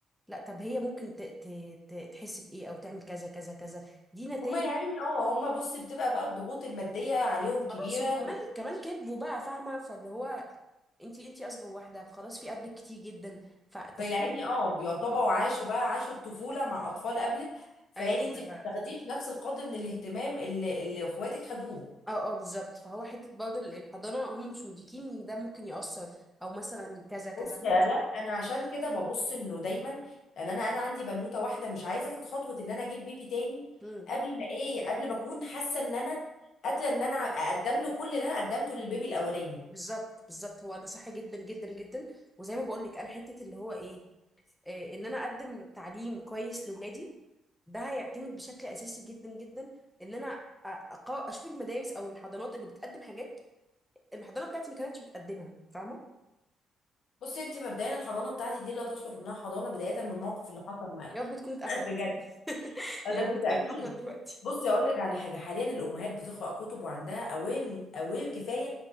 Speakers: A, in the centre; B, on the left.
A: لا طب هي ممكن ت... ت... ت... تحس بايه او تعمل كذا كذا كذا دي نتائج
B: هما يعني اه هما بصي بتبقى بقى الضغوط الماديه عليهم كبيره
A: خلاص وكمان كمان كذبوا بقى فاهمه فاللي هو انتي انتي اصغر واحده فخلاص في قبلك كتير جدا فالتفكير
B: فيا عيني
A: ده
B: اه بيعتبروا
A: اه
B: عاشوا بقى عاشوا الطفولة مع أطفال قبلك فيعني
A: ايوه
B: انت ما بتاخديش نفس القدر من الاهتمام اللي, اللي اخواتك خدوه
A: اه اه بالظبط فهو حته برضه ال- الحضانه هم مش مدركين ان ده ممكن يأثر او مثلا كذا كذا
B: بصي
A: هم
B: يا
A: مش
B: لا انا عشان كده ببص انه دايما لان انا انا عندي بنوته واحده مش عايزه اخد خطوه ان انا اجيب بيبي تاني
A: مم.
B: قبل ما ايه قبل ما اكون حاسه ان انا قادره ان انا اقدم له كل اللي انا قدمته للبيبي الاولاني
A: بالظبط بالظبط هو ده صح جدا جدا جدا وزي ما بقول لك انا حته اللي هو ايه آه ان انا اقدم تعليم كويس لاولادي ده هيعتمد بشكل اساسي جدا جدا ان انا أ- أقا- اشوف المدارس او الحضانات اللي بتقدم حاجات الحضانه بتاعتي ما كانتش بتقدمها فاهمه
B: بصي انت مبدئيا الحضانه بتاعتك دي لا تصلح انها حضانه بدايه من الموقف اللي حصل معاكي
A: يا رب تكون اتقفلت
B: <laughs> بجد اه
A: يا
B: ده
A: ابني
B: بالتأكيد
A: بتكون اتقفلت دلوقتي
B: بصي اقول لك على حاجه حاليا الامهات بتقرا كتب وعندها اوير اوير كفايه